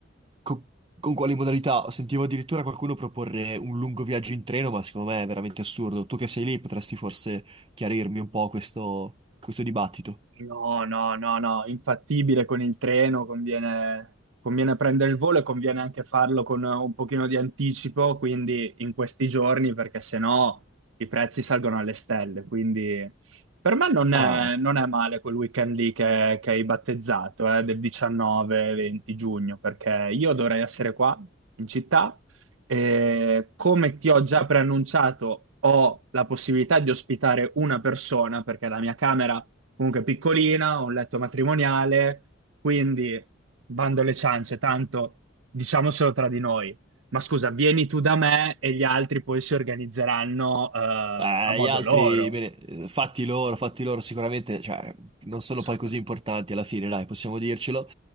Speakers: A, on the right (about 25°); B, on the right (about 90°).
A: co- con quali modalità. Sentivo addirittura qualcuno proporre un lungo viaggio in treno, ma secondo me è veramente assurdo. Tu che sei lì potresti forse chiarirmi un po' questo questo dibattito.
B: No, no, no, no, infattibile con il treno, conviene, conviene prendere il volo e conviene anche farlo con un pochino di anticipo, quindi in questi giorni, perché sennò i prezzi salgono alle stelle. Quindi per me non
A: Ah.
B: è, non è male quel weekend lì che, che hai battezzato, eh, del 19-20 giugno, perché io dovrei essere qua in città e come ti ho già preannunciato, ho la possibilità di ospitare una persona, perché la mia camera comunque piccolina, ho un letto matrimoniale, quindi bando alle ciance, tanto diciamocelo tra di noi. Ma scusa, vieni tu da me e gli altri poi si organizzeranno eh,
A: Eh,
B: a modo
A: gli altri,
B: loro.
A: bene, eh, fatti loro, fatti loro sicuramente, cioè, non sono
B: So-
A: poi così importanti alla fine, dai, possiamo dircelo.